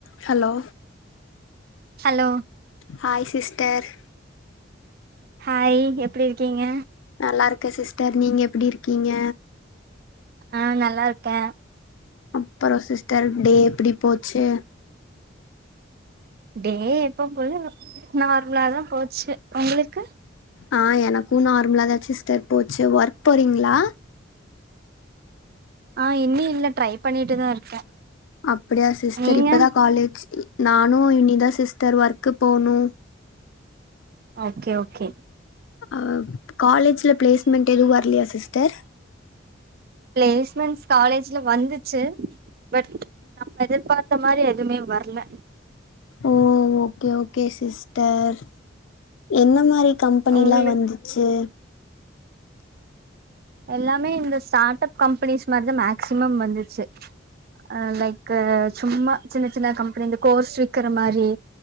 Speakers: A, on the left; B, on the right.
A: Hello
B: hello
A: hi sister
B: hi எப்டி இருக்கீங்க
A: நல்லா இருக்க சிஸ்டர் நீங்க எப்டி இருக்கீங்க
B: ஆ நல்லா இருக்கே
A: அப்றோ சிஸ்டர் டே எப்டி போச்சு
B: டே எப்பம் போல நார்மலாதா போச்சு உங்களுக்கு
A: ஆ எனக்கு நார்மலா தா சிஸ்டர் போச்சு ஒர்க் போறீங்ளா
B: ஆ இன்னு இல்ல ட்ரை பண்ணிட்டுதா இருக்கே
A: அப்படியா சிஸ்டர்
B: நீங்க
A: இப்பதா காலேஜ் நானு இனி தா சிஸ்டர் ஒர்க்கு போணு
B: ஓகே ஓகே
A: அ காலேஜ்ல பிளேஸ்மெண்ட் எது வர்லையா சிஸ்டர்
B: பிளேஸ்மெண்ஸ் காலேஜ்ல வந்துச்சு பட் நம்ம எதிர்பாத்த மாரி எதுமே வர்ல
A: ஓ ஓகே ஓகே சிஸ்டர் என்ன மாரி கம்பெனிலா
B: உங்களு
A: வந்துச்சு
B: எல்லாமே இந்த ஸ்டாட் அப் கம்பெனிஸ் மாத்ரிதா மேக்சிமம் வந்துச்சு அ லைக்க சும்மா சின்ன சின்ன கம்பெனி இந்த கோர்ஸ் விக்கிற மாரி